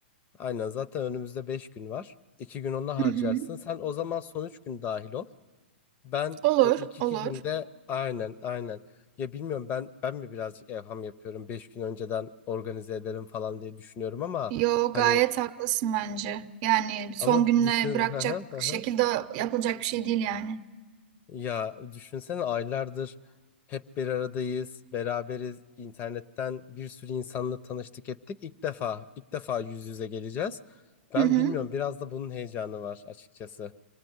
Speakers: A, on the left; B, on the right.
A: Aynen zaten önümüzde 5 gün var. iki gün onu harcarsın.
B: Hı hı.
A: Sen o zaman son 3 gün dahil ol. Ben
B: Olur,
A: o ilk 2
B: olur.
A: günde aynen aynen. Ya bilmiyorum ben ben mi birazcık evham yapıyorum. beş gün önceden organize ederim falan diye düşünüyorum ama
B: Yo
A: hani
B: gayet haklısın bence. Yani son
A: ama
B: gününe
A: düşün <laughs>
B: bırakacak
A: hı hı, hı
B: şekilde
A: hı.
B: yapılacak bir şey değil yani.
A: Ya düşünsene aylardır hep bir aradayız, beraberiz. İnternetten bir sürü insanla tanıştık ettik. İlk defa ilk defa yüz yüze geleceğiz. Ben
B: Hı hı.
A: bilmiyorum biraz da bunun heyecanı var açıkçası.